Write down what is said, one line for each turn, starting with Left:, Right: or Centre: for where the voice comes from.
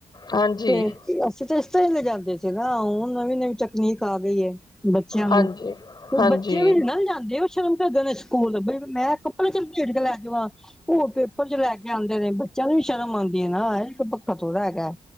Left: ਹਾਂਜੀ
Centre: ਤੇ ਅਸੀਂ ਤੇ ਤੇ ਲਿਜਾਂਦੇ ਸੀ ਨਾ ਹੁਣ ਨਵੀਂ-ਨਵੀਂ ਤਕਨੀਕ ਆ ਗਈ ਐ। ਬੱਚਿਆਂ ਨੂੰ
Left: ਹਾਂਜੀ ਹਾਂਜੀ
Centre: ਬੱਚੇ ਵੀ ਨਈ
Left: ਹਾਂਜੀ
Centre: ਲਜਾਂਦੇ ਓ ਸ਼ਰਮ ਕਰਦੇ ਨੇ ਸਕੂਲ ਬਈ ਮੈਂ ਕੱਪੜੇ 'ਚ ਲਪੇਟ ਕੇ ਲੈ ਜਵਾਂ। ਓ ਪੇਪਰ ''ਚ ਲੈ ਕੇ ਆਣਦੇ ਨੇ ਬੱਚਿਆਂ ਨੂੰ ਵੀ ਸ਼ਰਮ ਆਣਦੀ ਏ ਵੀ ਤੇ ਪ ਇਕ ਥੋੜ੍ਹਾ ਹੈਗਾ